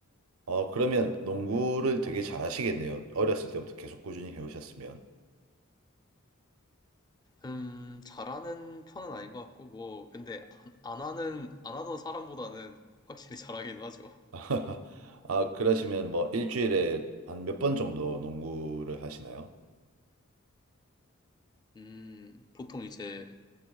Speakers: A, on the right; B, on the left.
A: 어, 그러면 농구를 되게 잘하시겠네요. 어렸을 때부터 계속 꾸준히 해오셨으면.
B: 음, 잘하는 편은 아닌 것 같고, 뭐, 근데 안, 안 하는, 안 하던 사람보다는 확실히 <laughs> 잘하긴 하죠.
A: <laughs> 아, 그러시면 뭐 일주일에 한 몇 번 정도 농구를 하시나요?
B: 음, 보통 이제